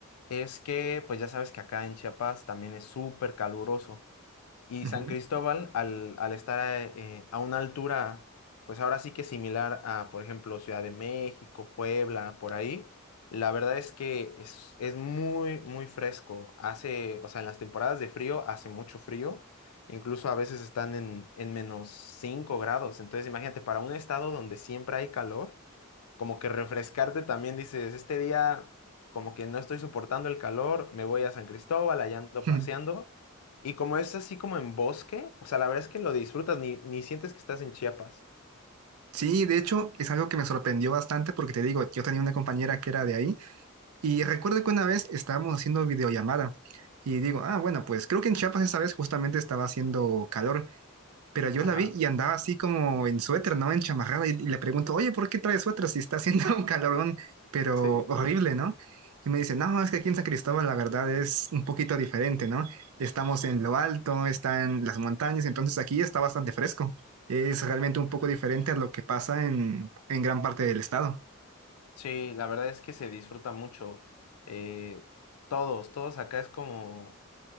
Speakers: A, on the left (about 85°); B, on the right (about 80°).
A: es que pues ya sabes que acá en Chiapas también es súper caluroso. Y
B: Ujú.
A: San Cristóbal, al, al estar eh, eh, a una altura, pues ahora sí que similar a, por ejemplo, Ciudad de México, Puebla, por ahí, la verdad es que es, es muy, muy fresco. Hace, o sea, en las temporadas de frío hace mucho frío, incluso a veces están en, en menos 5 grados. Entonces, imagínate, para un estado donde siempre hay calor, como que refrescarte también, dices, este día como que no estoy soportando el calor, me voy a San Cristóbal, allá ando
B: <laughs>
A: paseando. Y como es así como en bosque, o sea, la verdad es que lo disfrutas, ni, ni sientes que estás en Chiapas.
B: Sí, de hecho, es algo que me sorprendió bastante porque te digo, yo tenía una compañera que era de ahí y recuerdo que una vez estábamos haciendo videollamada y digo, ah, bueno, pues creo que en Chiapas esta vez justamente estaba haciendo calor. Pero yo
A: Ajá.
B: la vi y andaba así como en suéter, ¿no? En chamarrada. Y, y le pregunto, oye, ¿por qué traes suéter si está haciendo <laughs> un calorón, pero
A: Sí.
B: horrible, ¿no? Y me dice, no, es que aquí en San Cristóbal la verdad es un poquito diferente, ¿no? Estamos en lo alto, están las montañas, entonces aquí está bastante fresco. Es realmente un poco diferente a lo que pasa en, en gran parte del estado.
A: Sí, la verdad es que se disfruta mucho. eh, todos, todos acá es como,